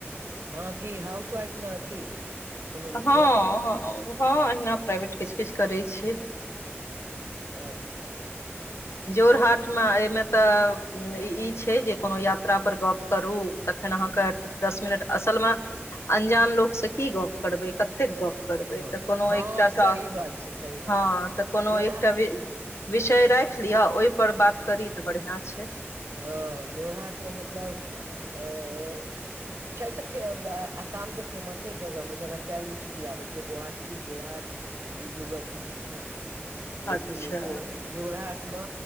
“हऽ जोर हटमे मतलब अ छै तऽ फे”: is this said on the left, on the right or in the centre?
Right